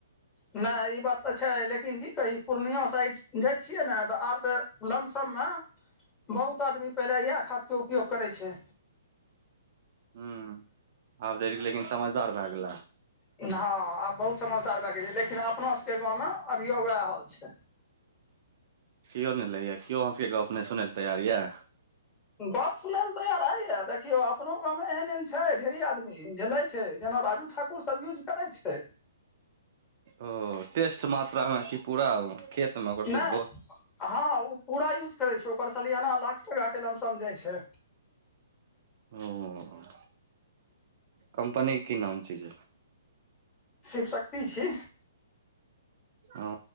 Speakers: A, on the left; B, on the right.
A: नहि ई बात तऽ छै लेकिन की कही पूर्णिय साइड जाइ छियै ने तऽ आब तऽ लमसममे बहुत आदमी पहिले इएह खादके उपयोग करै छै
B: हू आब ज ऽ गेल लेकिन समझदार भए गेलै
A: हँ आ बहुत समझदार भए गेल लेकिन अपना सबके गाँव में अभियो वएह हाल छै
B: केओ नहि लै या केओ अहाँ सबके गपने सुनै लए तैयार यए
A: गप सुनय लऽ तैयार हय या देखियौ अपनो गाँवमे एहन एहन छै ढेरी आदमी झ ले छै जेना राजू ठाकुर ओ सब यूज करै छै
B: ओ टेस्ट मात्रा मे की पूरा खेत मे ओकर
A: नहि
B: तऽ बहुत
A: हँ ओ पूरा यूज करै छै ओकर सलियाना लाख टकाके लमसम जाइ छै
B: ओ कम्पनी की नाम छै जे
A: शिव शक्ति छी
B: ओ